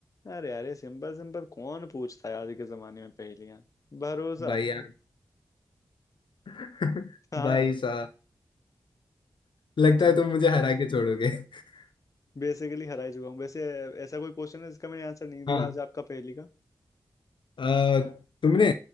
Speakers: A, on the left (about 40°); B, on the left (about 80°).
A: अरे अरे सिंपल सिंपल कौन पूछता है आज के जमाने में पहेलियां भरोसा
B: भाई यार <laughs>
A: हाँ
B: भाई साहब लगता
A: <laughs>
B: है तुम मुझे हरा के छोड़ोगे <laughs>
A: बेसिकली हरा ही चुका हूँ वैसे ऐसा कोई क्वेश्चन है जिसका मैंने आंसर नहीं दिया
B: हाँ
A: आज आपका पहेली का
B: आ, तुमने